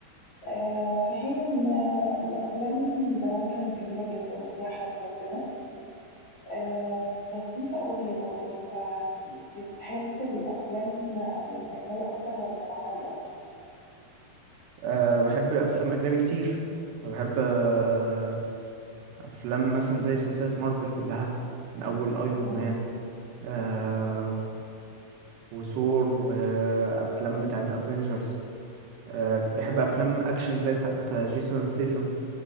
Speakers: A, on the left; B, on the right.
A: آه، في حين ان آه، الافلام زمان كانت جميله جدا وفيها حبكه وكده آه بس انت قول لي برضه انت بتحب الافلام الاجنبي اكتر ولا العربي اكتر
B: أه بحب أفلام أجنبي كتير بحب أه أفلام مثلا زي سلسلة مارفل كلها من أول أيرون
A: م-
B: مان أه وثور وأفلام بتاعت أفينجرز أه بحب أفلام أكشن زي بتاعت جيسون ستيسن